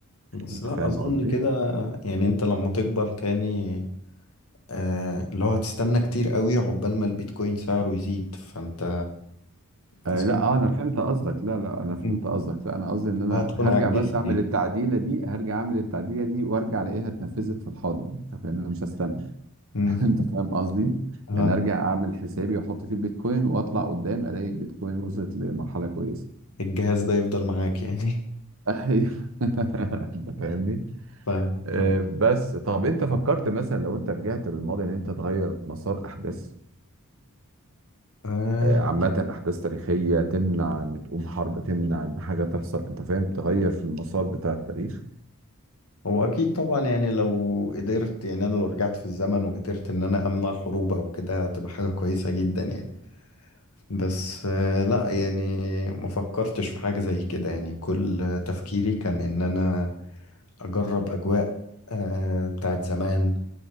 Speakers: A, on the left (about 85°); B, on the right (about 65°).
A: بس
B: انت
A: لا
B: فاهم
A: أظن
B: قصدي؟
A: كده يعني أنت لما تكبر تاني آه اللي هو هتستنى كتير قوي عقبال ما البيتكوين سعره يزيد فأنت
B: آه
A: أظن
B: لا اه انا فهمت قصدك لا لا انا فهمت
A: مم.
B: قصدك لا انا قصدي ان انا
A: هتكون
B: هرجع
A: عجزت
B: بس اعمل
A: يعني
B: التعديله دي هرجع اعمل التعديله دي وارجع الاقيها اتنفذت في الحاضر انت فاهم انا مش هستنى
A: مم.
B: <laughs> انت فاهم قصدي
A: آه.
B: يعني ارجع اعمل حسابي واحط فيه البيتكوين واطلع قدام الاقي البيتكوين وصلت لمرحله كويسه
A: الجهاز ده يفضل معاك يعني
B: <laughs> أيوه. <laughs> انت فاهمني
A: <laughs> فاهمك
B: آه
A: ماشي.
B: بس طب انت فكرت مثلا لو انت رجعت بالماضي ان انت تغير مسار احداث
A: آه.
B: آه، عامة أحداث تاريخية تمنع إن تقوم حرب تمنع إن حاجة تحصل أنت فاهم تغير في المسار بتاع التاريخ
A: هو اكيد طبعا يعني لو قدرت يعني انا لو رجعت في الزمن وقدرت ان انا امنع حروب او كده هتبقى حاجة كويسة جدا يعني بس آه، لا يعني ما فكرتش في حاجة زي كده يعني كل تفكيري كان ان انا اجرب اجواء آه، بتاعت زمان